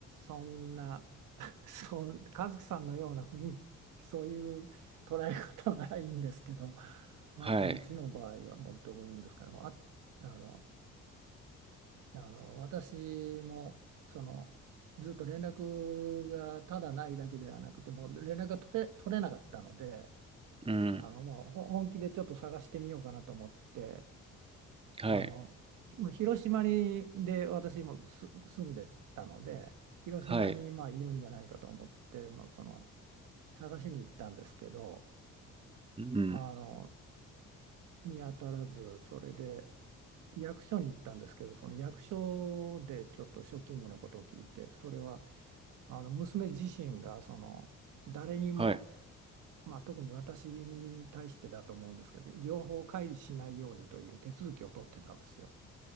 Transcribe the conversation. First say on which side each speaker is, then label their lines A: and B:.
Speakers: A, on the right; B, on the right.
A: そんな、<laughs> そん、和樹さんのような雰囲気、そういう捉え方ならいいんですけど、またうちの場合はもうどういうんですかね、
B: はい
A: もうあ、あの、あの私もそのずっと連絡がただないだけではなくてもう連絡が取れ、取れなかったので
B: うん
A: あのもうほ本気でちょっと探してみようかなと思って
B: はい
A: あのまあ広島にで私もす住んでたので広島にまあいるんじゃないかと思って、
B: はい
A: まあ、その探しに行ったんですけど
B: うん
A: あの見当たらずそれで。役所に行ったんですけど、その役所でちょっとショッキングなことを聞いて、それはあの娘自身がその誰にも、
B: はい
A: まあ、特に私に対してだと思うんですけど情報を開示しないようにという手続きを取ってたんですよ。